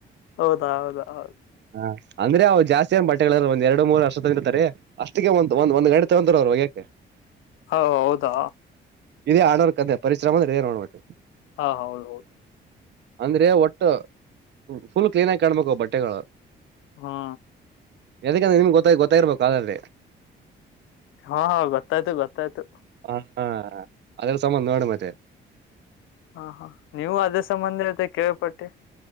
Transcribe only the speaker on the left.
ಹೌದಾ ಹೌದಾ ಹೌದು.
ಹ ಹೌದಾ?.
ಹಾ ಹೌದೌದು.
ಹಾ.
ಹಾ ಹ ಗೊತ್ತಾಯ್ತು ಗೊತ್ತಾಯ್ತು.
ಹಾ ಹಾ ನೀವು ಅದೆ ಸಂಬಂಧ ಅಂತ ಕೇಳ್ ಪಟ್ಟೆ.